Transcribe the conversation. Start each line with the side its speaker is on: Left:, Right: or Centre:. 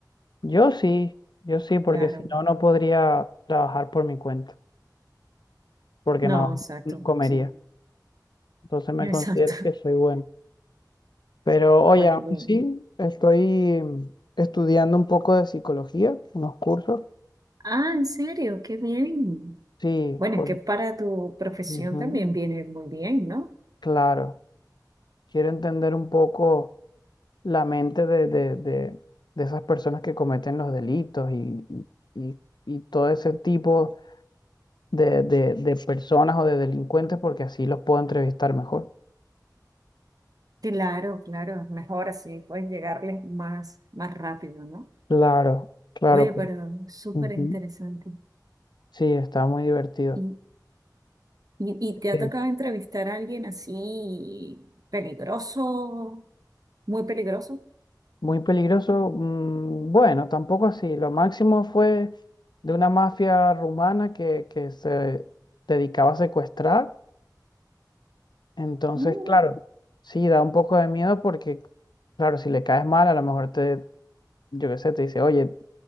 Left: Yo sí, yo sí, porque
Right: claro.
Left: si no, no podría trabajar por mi cuenta, porque
Right: No,
Left: no,
Right: exacto,
Left: no comería.
Right: sí,
Left: Entonces me
Right: <laughs> exacto.
Left: considero que soy bueno. Pero oye,
Right: Pues
Left: aún
Right: bien.
Left: sí, estoy estudiando un poco de psicología, unos cursos.
Right: Ah, ¿en serio? Qué bien.
Left: Sí,
Right: Bueno,
Left: por,
Right: es que para tu profesión
Left: ujú,
Right: también viene muy bien, ¿no?
Left: claro. Quiero entender un poco la mente de, de- de- de esas personas que cometen los delitos y, y- y- y todo ese tipo de, de- de personas o de delincuentes, porque así los puedo entrevistar mejor.
Right: Claro, claro, es mejor así, puedes llegarles más, más rápido, ¿no?
Left: Claro, claro.
Right: Oye,
Left: pues,
Right: pero súper
Left: ujú.
Right: interesante.
Left: Sí, está muy divertido.
Right: ¿Y, y, y te
Left: Eh,
Right: ha tocado entrevistar a alguien así peligroso, muy peligroso?
Left: Muy peligroso. mm, Bueno, tampoco así. Lo máximo fue de una mafia rumana que, que se dedicaba a secuestrar. Entonces,
Right: Mm,
Left: claro, sí, da un poco de miedo porque, claro, si le caes mal, a lo mejor te, yo qué sé, te dice, oye,